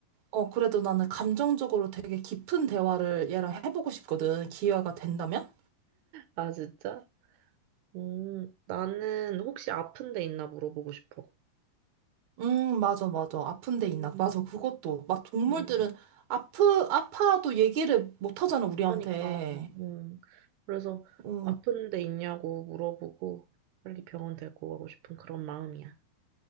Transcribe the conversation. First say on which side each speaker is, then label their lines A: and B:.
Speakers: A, on the right; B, on the right.
A: 어, 그래도 나는 감정적으로 되게 깊은 대화를 얘랑 해보고 싶거든. 기회가 된다면?
B: 아, 진짜? 음, 나는 혹시 아픈 데 있나 물어보고 싶어.
A: 음, 맞아, 맞아. 아픈 데
B: 음,
A: 있나? 맞아, 그것도. 막 동물들은
B: 음.
A: 아프, 아파도 얘기를 못 하잖아, 우리한테.
B: 그러니까, 음. 그래서
A: 음,
B: 아픈 데 있냐고 물어보고 빨리 병원 데리고 가고 싶은 그런 마음이야.